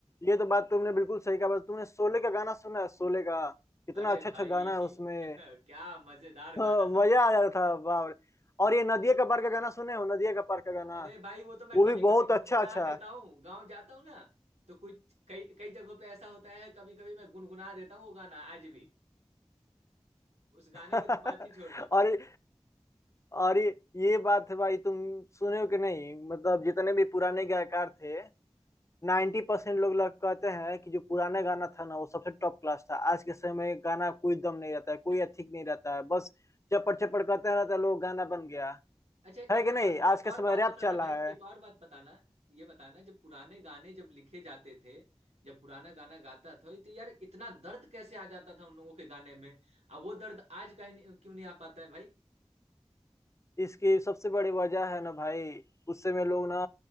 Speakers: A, on the left (about 25°); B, on the right (about 85°).
A: ये तो बात तुमने बिल्कुल सही कहा बस तुमने शोले का गाना सुना है शोले का कितना
B: अरे
A: अच्छा
B: भाई
A: अच्छा गाना है
B: <laughs>
A: उसमें
B: क्या मजेदार
A: हाँ,
B: गाना
A: मजा
B: सब है
A: आ जाता था बाप रे। और ये नदिया का पार का गाना सुने हो नदिया का पार का गाना
B: अरे भाई वो तो मैं
A: वो
B: कभी
A: भी
B: कभी
A: बहुत
B: गुनगुना
A: अच्छा अच्छा
B: देता हूँ गाँव जाता हूँ ना तो कुछ कई कई जगहों पे ऐसा होता है कभी कभी मैं गुनगुना देता हूँ वो गाना आज भी उस गाने
A: है।
B: की तो बात ही छोड़ दो
A: <laughs> और और ये ये बात है भाई तुम सुने हो कि नहीं मतलब जितने भी पुराने गायकार थे नाइन्टी परसेंट लोग लग कहते हैं कि जो पुराना गाना था ना वो सबसे टॉप क्लास था आज के समय में गाना कोई दम नहीं रहता है कोई
B: अ-
A: एथिक नहीं रहता है बस चपड़ चपड़ करते रहता है लोग गाना बन गया
B: अच्छा एक
A: है कि नहीं
B: एक
A: आज के
B: और
A: समय
B: बात
A: रैप
B: बताना
A: चल
B: भाई
A: रहा है
B: एक और बात बताना ये बताना जब पुराने गाने जब लिखे जाते थे जब पुराना गाना गाता था तो यार इतना दर्द कैसे आ जाता था उन लोगों के गाने में अब वो दर्द आज कहीं नहीं- क्यों नहीं आ पाता है भाई
A: इसकी सबसे बड़ी वजह है ना भाई उस समय लोग ना